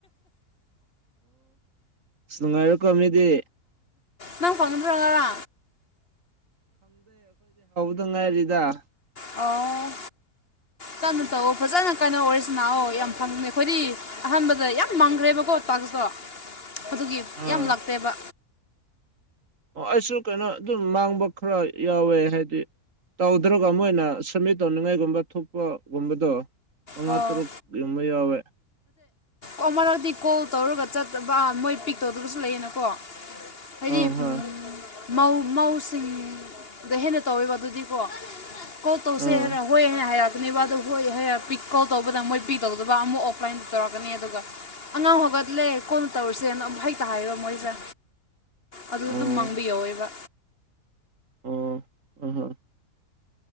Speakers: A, on the right; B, on the left.
A: ꯅꯨꯡꯉꯥꯏꯔꯀꯣ ꯃꯤꯗꯤ
B: ꯅꯪꯐꯅꯠꯇ꯭ꯔꯒꯔꯥ
A: ꯑꯗꯨꯉꯥꯏꯔꯤꯗ
B: ꯑ
A: <inaudible>
B: ꯀꯟꯅꯣ ꯇꯧꯋ ꯐꯖꯅ ꯀꯟꯅꯣ ꯑꯣꯏꯔꯤꯁ ꯂꯥꯛꯑꯣ ꯌꯥꯝ ꯐꯪꯦ ꯑꯩꯈꯣꯏꯗꯤ ꯑꯍꯥꯟꯕꯗ ꯌꯥꯝ ꯃꯪꯈ꯭ꯔꯦꯕꯀꯣ ꯀꯣ ꯑꯗꯨꯒꯤ
A: ꯑꯥ
B: ꯌꯥꯝ ꯂꯥꯛꯇꯦꯕ
A: ꯑꯣ ꯑꯩꯁꯨ ꯀꯩꯅꯣ ꯑꯗꯨꯝ ꯃꯥꯡꯕ ꯈꯔ ꯌꯥꯎꯋꯦ ꯍꯥꯏꯗꯤ ꯇꯧꯗ꯭ꯔꯒ ꯑꯃ ꯑꯣꯏꯅ ꯁꯃꯤꯠ ꯇꯧꯅꯤꯡꯉꯥꯏꯒꯨꯝꯕ ꯊꯣꯛꯄꯒꯨꯝꯕꯗꯣ ꯃꯉꯥ
B: ꯑꯣ
A: ꯇꯔꯨꯛ ꯌꯨꯝꯕ ꯌꯥꯎꯋꯦ
B: ꯑꯣ ꯃꯔꯛꯇꯗꯤ ꯀꯣꯜ ꯇꯧꯔꯒ ꯆꯠꯇꯕ ꯃꯣꯏ ꯄꯤꯛ ꯇꯧꯗꯒꯁꯨ ꯂꯩꯌꯦꯅꯀꯣ ꯍꯥꯏꯗꯤ
A: ꯑꯥ
B: ꯎꯝ
A: ꯍꯣꯏ
B: ꯃꯧ ꯃꯧꯁꯤꯡꯗ ꯍꯦꯟꯅ ꯇꯧꯋꯦꯕ ꯑꯗꯨꯗꯤꯀꯣ ꯀꯣ ꯇꯧꯁꯦ
A: ꯑꯥ
B: ꯍꯥꯏ ꯍꯣꯏ ꯍꯥꯏꯔꯅꯦꯕ ꯍꯣꯏ ꯍꯥꯏꯤꯛ ꯀꯣꯜ ꯇꯧꯕꯗ ꯃꯣꯏ ꯄꯦ ꯇꯧꯗꯕ ꯑꯃꯨꯛ ꯑꯣꯐꯂꯥꯏꯟꯗ ꯇꯧꯔꯛꯀꯅꯤ ꯑꯗꯨꯒ ꯑꯉꯥꯡ ꯍꯧꯒꯠꯂꯦ ꯀꯣꯟꯅ ꯇꯧꯔꯁꯦꯅ ꯍꯩꯛꯇ ꯍꯥꯏꯕ ꯃꯣꯏꯁꯦ ꯑꯗꯨ
A: ꯑꯣ
B: ꯑꯗꯨꯝ ꯃꯥꯡꯕ ꯌꯧꯋꯦꯕ
A: ꯑꯣ ꯑ ꯍ